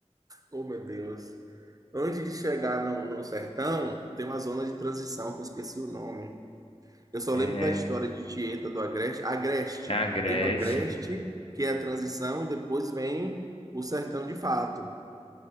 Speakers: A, on the right (about 30°); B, on the left (about 55°).
A: Oh, meu Deus. Antes de chegar no, no sertão, tem uma zona de transição que eu esqueci o nome. Eu só
B: É,
A: lembro da história de Tieta do Agreste. Agreste.
B: é Agreste.
A: Tem o Agreste, que é a transição, e depois vem o sertão de fato.